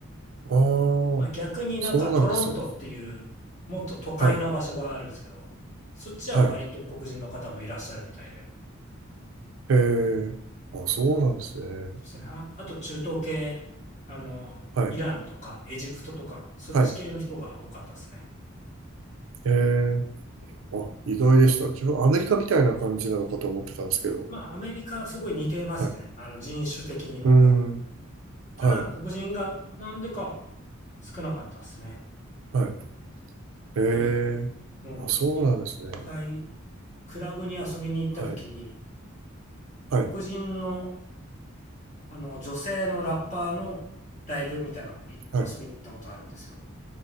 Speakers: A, on the right (about 75°); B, on the left (about 35°).
A: ああ、
B: まあ、逆になんかトロントっていうもっと都会な場所があるんですけど、
A: そうなんですね。はい、
B: そっちは割と黒人の方もいらっしゃるみたいで、
A: はい。へえ、あ、そうなんですね。
B: そうですね、あ、あと中東系、あの、
A: はい、
B: イランとかエジプトとか、そっち系の人が多かったですね。
A: はい。へえ、あ、意外でした。自分、アメリカみたいな感じなのかと思ってたんですけど。
B: まあアメリカすごい似てますね。
A: はい。
B: あの人種的には多分。
A: うーん、
B: ただ黒人がなんでか
A: はい、
B: 少なかったですね。
A: はい。へ
B: で、い
A: え、
B: うん、
A: あ、そうなんですね。
B: 一回クラブに遊びに行った時に、
A: はい、はい、
B: 黒人の、あの女性のラッパーのライブみたいなのい遊びに行ったことあるんですよ。
A: はい、